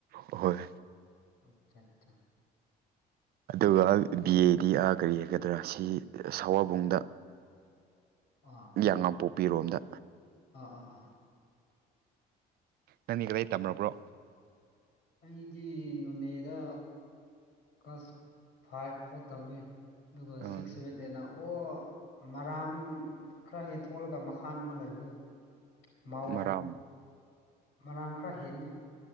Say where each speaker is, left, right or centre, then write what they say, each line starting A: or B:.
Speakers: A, on the right; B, on the left.
A: ꯍꯣꯏ
B: ꯑꯆꯥ ꯑꯆꯥ
A: ꯑꯗꯨꯒ ꯕꯤ ꯑꯦꯗꯤ ꯑꯥ ꯀꯔꯤ ꯍꯥꯏꯒꯗ꯭ꯔꯥ ꯁꯤ ꯁꯋꯥꯕꯨꯡꯗ
B: ꯑ
A: ꯌꯦꯉꯥꯡꯄꯣꯛꯄꯤꯔꯣꯝꯗ
B: ꯑꯥ ꯑꯥ ꯑꯥ
A: ꯅꯪꯗꯤ ꯀꯗꯥꯏ ꯇꯝꯂꯛꯕ꯭ꯔꯣ
B: ꯑꯩꯗꯤ ꯅꯣꯅꯦꯗ ꯀ꯭ꯂꯥꯁ ꯐꯥꯏꯚ ꯐꯥꯎ ꯇꯝꯃꯤ ꯑꯗꯨꯒ
A: ꯑꯥ
B: ꯁꯤꯛꯁ ꯁꯚꯦꯟ ꯑꯦꯠꯅ ꯑꯣ ꯃꯔꯥꯝ ꯈꯔ ꯍꯦꯟ ꯊꯣꯛꯂꯒ ꯃꯈꯥꯟ ꯑꯃ ꯂꯩꯕꯗꯨ ꯃꯥꯎ
A: ꯃꯔꯥꯝ
B: ꯃꯔꯥꯡ ꯈꯔ ꯍꯦꯜꯂꯦ